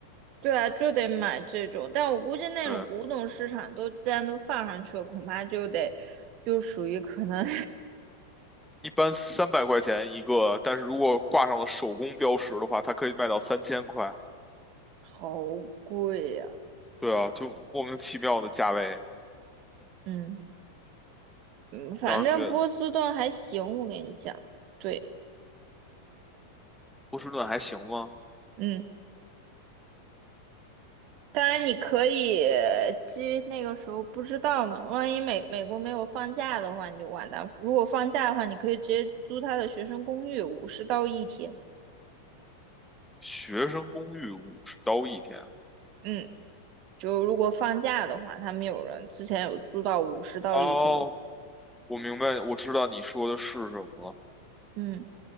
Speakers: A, on the right; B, in the centre.
A: 对啊，就得买这种。但我估计那种古董市场都既然都放上去了，
B: 对，
A: 恐怕就得就属于可能
B: 一般三百块钱一个，但是如果挂上了手工标识的话，它可以卖到三千块。
A: <laughs> 好贵呀、
B: 对啊，就莫名其妙的价位，
A: 嗯嗯，反正波士顿还行，
B: 让人觉得
A: 我跟你讲。对，
B: 波士顿还行吗？
A: 嗯。当然，你可以其实那个时候不知道呢，万一美美国没有放假的话，你就完蛋。如果放假的话，你可以直接租他的学生公寓，五十到一天。
B: 学生公寓五十刀一天。
A: 嗯，就如果放假的话，他们有人之前有租到五十到一天。
B: 哦，我明白，我知道你说的是什么了。
A: 嗯，